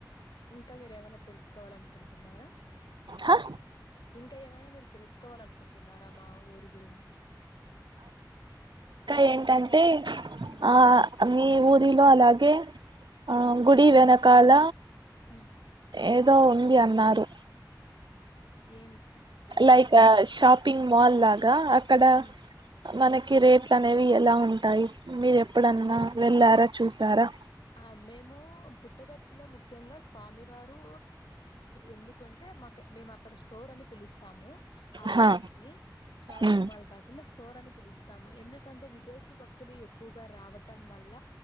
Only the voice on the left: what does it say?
ఇంకా మీరు ఏమైన తెలుసుకోవాలనుకుంటున్నారా
ఇంకా ఏమైనా మీరు తెలుసుకోవాలనుకుంటున్నారా మా ఊరి గురించి
ఉమ్
ఉమ్
ఏంటి అంటే
ఉమ్
ఉమ్
ఆ మేము పుట్టపర్తిలో ముఖ్యంగా స్వామివారు ఎందుకంటే మాకు మేము అక్కడ స్టోర్ అని పిలుస్తాము ఆ
ప్లేస్ ని షాపింగ్
మాల్ కాకుండా స్టోర్ అని పిలుస్తాము ఎందుకంటే విదేశీ భక్తులు ఎక్కువగా రావటం వల్ల